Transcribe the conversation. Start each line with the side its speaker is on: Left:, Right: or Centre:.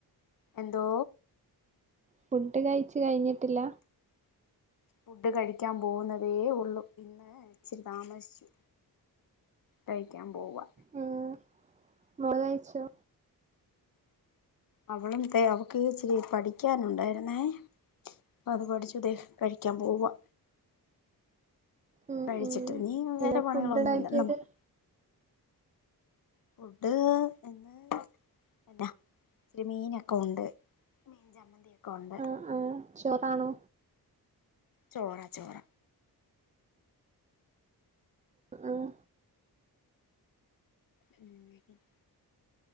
Left: എന്തോ
Right: ഫുഡ് കഴിച്ചു കഴിഞ്ഞിട്ടില്ല
Left: ഫുഡ് കഴിക്കാൻ പോകുന്നതേ ഉള്ളൂ ഇന്ന് ഇച്ചിരി താമസിച്ചു കഴിക്കാൻ പോവാ
Right: ഉം മോള് കയിച്ചോ
Left: അവളും ത അവക്ക് ഇച്ചിരി പഠിക്കാനുണ്ടായിരുന്നേ അപ്പ അത് പഠിച്ചുത കഴിക്കാൻ പോവാ
Right: ഉം
Left: കഴിച്ചിട്ട്
Right: ഉം
Left: നീ വേറെ
Right: എന്താ
Left: പണികളൊന്നുല്ല
Right: ഫുഡ് ഉണ്ടാക്കിയത്
Left: നമുക്ക് ഫുഡ് ഇന്ന് അല്ല ഇന്ന് മീനൊക്കെ ഉണ്ട് മീൻ ചമ്മന്തി ഒക്കെ ഉണ്ട്
Right: ആഹ് ആഹ് ചോറാണോ
Left: ചോറ ചോറ
Right: ഉം
Left: ഉം